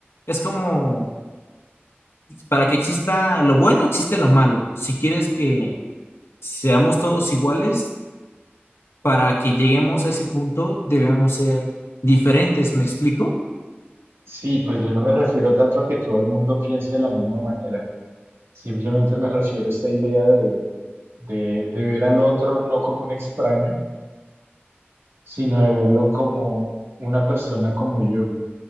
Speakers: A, on the left; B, on the right.
A: es como, para que exista lo bueno, existe lo malo. Si quieres que seamos todos iguales, Para que lleguemos a ese punto, debemos ser diferentes, ¿me explico?
B: Sí, pues yo no me refiero tanto a que todo el mundo piense de la misma manera. Simplemente me refiero a esta idea de, de, de ver al otro no como un extraño, sino de verlo como una persona como yo,